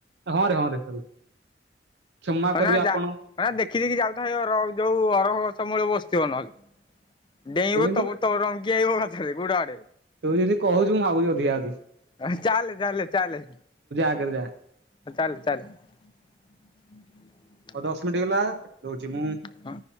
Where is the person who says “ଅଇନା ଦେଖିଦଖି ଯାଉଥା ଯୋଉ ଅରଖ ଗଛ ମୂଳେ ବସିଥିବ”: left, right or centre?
Left